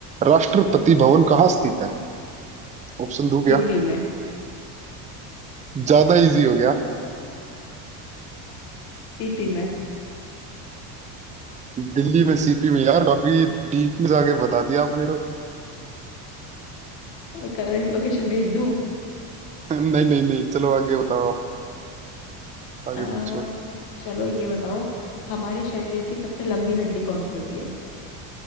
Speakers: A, on the right; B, on the left.
A: राष्ट्रपति भवन कहाँ स्थित है ऑप्शन दो क्या
B: दिल्ली में
A: ज्यादा इजी हो गया
B: सीपी में
A: दिल्ली में सीपी में यार काफी डीप में जाके बता दिया आपने तो
B: करंट लोकेशन भेज दूं
A: <laughs> नहीं नहीं नहीं चलो आगे बताओ आप आगे
B: अ,
A: पूछो
B: चलो ये बताओ हमारे शरीर की सबसे लंबी हड्डी कौन सी होती है